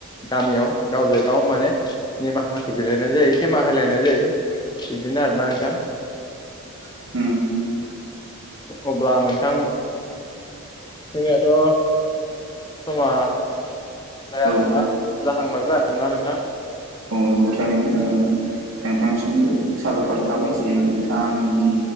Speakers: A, on the left; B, on the right.
A: गामियाव गावजों गाव माने निमाहाखौ बिलइनाय जायो खेमा होलायनाय जायो। बिदिनो आर ना नोंथां।
B: <inaudible>
A: अब्ला नोंथां जोंनियाथ' समा जाया
B: औ
A: नङा जाहांबायबो आरोना नोंथां।
B: औ नंगौ थारैनो नोंथांसिमबो साबायखर थाबाय जे नोंथाङा आंनि जि